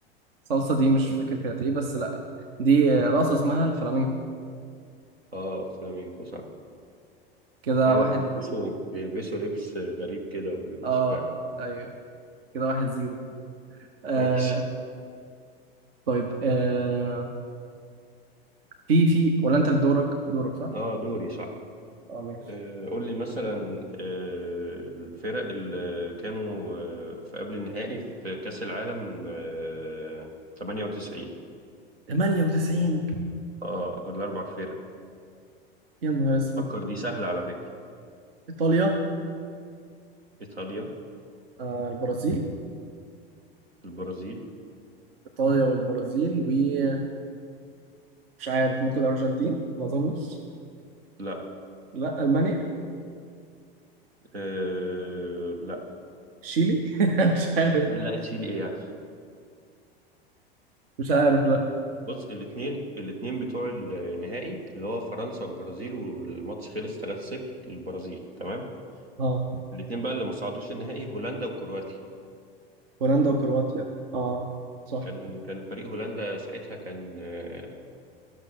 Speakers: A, on the right (about 70°); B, on the right (about 90°).
A: صلصة دي مش فاكر كانت ايه بس لا دي رقصة اسمها الفلامينكو
B: اه فلامينكو صح
A: كده
B: ايوه
A: واحد
B: بيلبسوا بيلبسوا لبس غريب كده وبيرقصوا
A: اه
B: فعلا
A: ايوه كده واحد زيرو آه
B: ماشي
A: طيب آه في في ولا انت اللي دورك دورك صح؟
B: اه دوري صح
A: اه ماشي
B: آه، قول لي مثلا آه، الفرق اللي كانوا آه، في قبل النهائي في كأس العالم آه، 98
A: 98
B: اه الاربع فرق
A: يا نهار اسود
B: فكر دي سهلة على فكرة
A: ايطاليا
B: ايطاليا
A: آه البرازيل
B: البرازيل
A: ايطاليا والبرازيل ومش عارف ممكن الارجنتين ما اظنش
B: لا
A: لا المانيا
B: آه لا
A: شيلي <laughs> مش عارف
B: لا تشيلي ايه يعني
A: مش عارف لا
B: بص الاثنين الاثنين بتوع النهائي اللي هو فرنسا والبرازيل والماتش خلص 3-0 للبرازيل تمام
A: اه
B: الاتنين بقى اللي ما صعدوش النهائي هولندا وكرواتيا
A: هولندا وكرواتيا اه صح
B: كان كان فريق هولندا ساعتها كان آه،